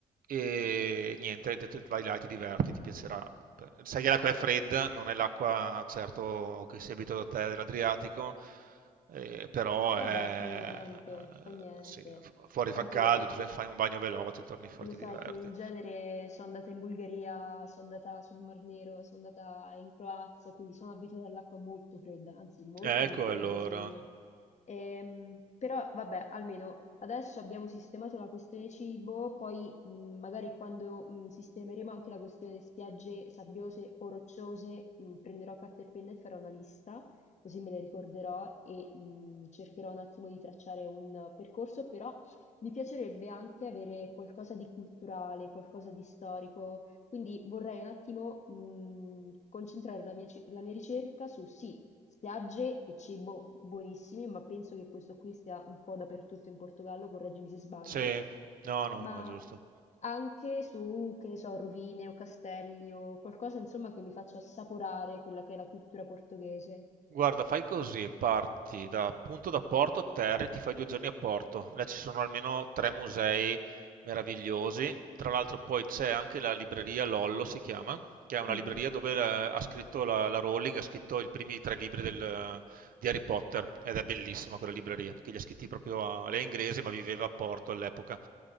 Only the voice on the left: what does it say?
vabbè, fa niente,
fa niente.
Tanto
Lo
sai
che in genere sono andata in Bulgaria, sono andata sul Mar Nero, sono andata in Croazia, quindi sono abituata all'acqua molto fredda, anzi molto
più fredda
secondo me. Ehm, però vabbè, almeno adesso abbiamo sistemato la questione cibo, poi mh, magari quando mh, sistemeremo anche la questione spiagge sabbiose o rocciose, mh, prenderò carta e penna e farò una lista, così me le ricorderò e mh, cercherò un attimo di tracciare un percorso, però mi piacerebbe anche avere qualcosa di culturale, qualcosa di storico, quindi vorrei un attimo mh, concentrare la mia, ci- la mia ricerca su sì, spiagge e cibo buonissimi, ma penso che questo qui sia un po' dappertutto in Portogallo, correggimi se sbaglio,
ma
anche su, che ne so, rovine o castelli o qualcosa insomma che mi faccia assaporare quella che è la cultura portoghese.
Mhm.